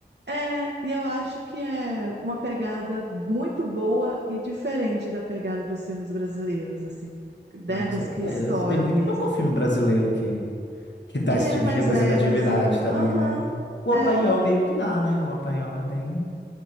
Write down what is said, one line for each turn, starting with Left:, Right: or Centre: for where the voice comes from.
Right: É, e eu acho que é uma pegada muito boa e diferente da pegada dos filmes brasileiros, assim, né,
Left: Ah, com
Right: dos
Left: certeza.
Right: que estouram
Left: Tem muito
Right: mesmo.
Left: pouco filme brasileiro que, que dá
Right: Que
Left: esse
Right: é
Left: tipo
Right: mais
Left: de representatividade
Right: levezinho.
Left: também,
Right: Aham,
Left: né? O Apaió
Right: é.
Left: meio que dá, né? O Apaió é bem.